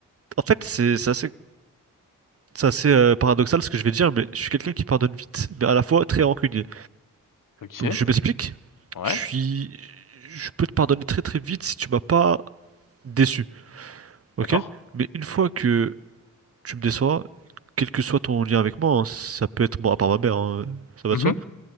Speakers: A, on the right (about 45°); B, on the left (about 70°).
A: En fait, c'est c'est assez, c'est assez euh, paradoxal ce que je vais dire, mais je suis quelqu'un qui pardonne vite, mais à la fois très rancunier.
B: Ok.
A: Donc je m'explique,
B: Ouais.
A: je suis... Je peux te pardonner très très vite si tu m'as pas déçu, ok?
B: D'accord.
A: Mais une fois que tu me déçois, quel que soit ton lien avec moi, hein, ça peut être... Bon, à part ma mère, hein, ça va
B: Mhm.
A: de soi,